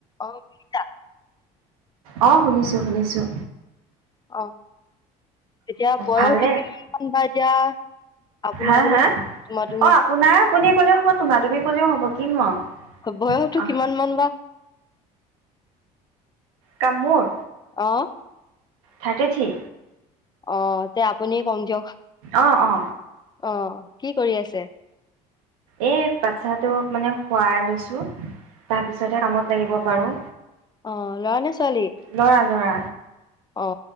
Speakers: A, on the left; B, on the right.
A: অ শুনিছা।
B: অ শুনিছোঁ শুনিছোঁ।
A: অ। এতিয়া বয়সতটো
B: ভালে
A: কিমান মান বা এতিয়া আপুনা
B: হা
A: আপুনি
B: হা
A: তোমাৰ তুমি
B: অ আপোনাৰ আপুনি ক'লেও হ'ব তোমাৰ তুমি ক'লেও হ'ব কিনো
A: বয়সটো
B: আও
A: কিমান মান বা?
B: কামোৰ
A: অঁ
B: থাৰ্টি থ্ৰী
A: অঁ তে আপুনিয়ে কম দিয়ক
B: অ অ
A: অঁ কি কৰি আছে
B: এই বাটচ্ছাটোক মানে শুৱাই লৈছো। তাৰ পিছতহে কামত লাগিব। পাৰোঁ
A: অঁ ল'ৰা নে ছোৱালী
B: ল'ৰা ল'ৰা
A: অঁ